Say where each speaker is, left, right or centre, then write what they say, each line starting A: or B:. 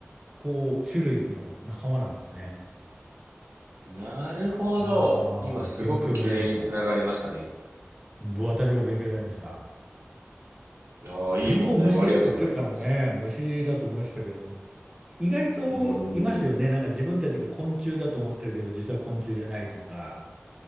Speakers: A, on the right; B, on the right.
A: こう、種類の仲間なんですね。
B: なるほど。
A: ああ、
B: 今すごく綺麗につながりましたね。
A: 勉強になりました。私も勉強になりました。
B: あー、
A: ダンゴムシって言ってるからね、
B: いい問題をありがとうございます。
A: 虫だと思いましたけど、意外といますよね。
B: うーん。
A: なんか自分たちが昆虫だと思ってるけど、実は昆虫じゃないとか、